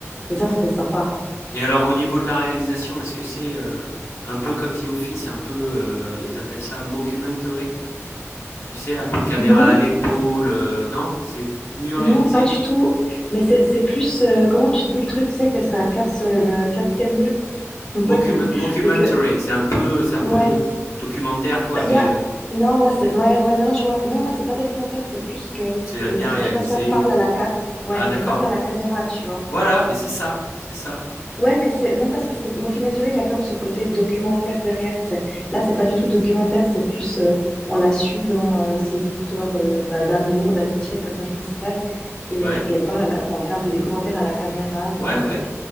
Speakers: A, on the left; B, on the left.
A: mais ça, c'était sympa.
B: Et alors, au niveau de la réalisation, est-ce que c'est euh, un peu comme The Office, un peu, euh, ils appellent ça mockumentary? Tu sais, un peu caméra
A: Non,
B: à l'épaule, euh, non? C'est mieux réalisé?
A: non, pas du tout. Mais c'est, c'est plus, euh, comment tu dis le truc, c'est que ça casse euh, le quatrième mur. C'est comme
B: Moccuma-
A: ça qu'on dit.
B: mockumentary,
A: C'est que,
B: c'est un peu, c'est un
A: ouais,
B: peu documentaire, quoi,
A: Bah,
B: mais
A: il y a...
B: euh,
A: Non, là, c'est... Ouais, ouais, non, non, je vois. Non, là, c'est pas documentaire, c'est plus que
B: c'est
A: le
B: bien
A: personnage
B: réalisé.
A: principal parle à la ca... Ouais,
B: Ah, d'accord.
A: mais parle à la caméra, tu vois.
B: Voilà, mais c'est ça, c'est ça.
A: Ouais, mais c'est... Non, parce que c'est mockumentary, il y a comme ce côté documentaire derrière, tu sais. Là, c'est pas du tout documentaire, c'est plus... euh, on la suit dans euh, ses histoires euh, bah, d'amour, d'amitié, le personnage principal. Et,
B: Ouais,
A: euh, et elle parle, à la- enfin, elle fait un peu des commentaires à la caméra,
B: ouais,
A: genre...
B: ouais.
A: euh,